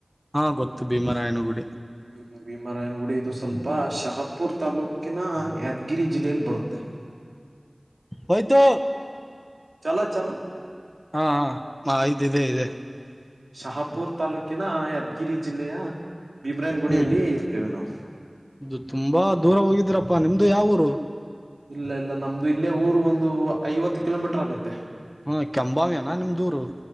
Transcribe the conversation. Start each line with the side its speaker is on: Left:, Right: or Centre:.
Centre: ಹಾ ಗೊತ್ತು ಭೀಮರಾಯನಗುಡಿ
Right: ಹ್ಮ್ ಭೀಮಾರಾಯನಗುಡಿ ಇದು ಸ್ವಲ್ಪ ಶಹಪುರ್ ತಾಲ್ಲೂಕಿನ ಯಾದಗಿರಿ ಜಿಲ್ಲೆಯಲ್ಲಿ ಬರುತ್ತೆ
Centre: ಹೋಯಿತು
Right: ಚಲೋ ಚಲೋ
Centre: ಹಾ ಹಾ ಆಯ್ತ ಇದೆ ಇದೆ
Right: ಶಹಾಪುರ್ ತಾಾಲೂಕಿನ ಯಾದ್ಗಿರಿ ಜಿಲ್ಲೆಯ ಭೀಮ್ರೇನ್ ಗುಡಿಯಲ್ಲಿ
Centre: ಹ್ಮ್
Right: ಇರ್ತೇವೆ ನಾವು
Centre: ಇದು ತುಂಬಾ ದೂರ ಹೋಗಿದ್ರಪ್ಪಾ ನಿಮ್ದು ಯಾವೂರು
Right: ಇಲ್ಲ ಇಲ್ಲ ನಮ್ದು ಇಲ್ಲೇ ಊರು ಒಂದು ಐವತ್ತು ಕಿಲೋಮೀಟರ್ ಆಗುತ್ತೆ
Centre: ಹ್ಮ ಕೆಂಬಾಮಿ ಅನಾ ನಿಮ್ದೂರು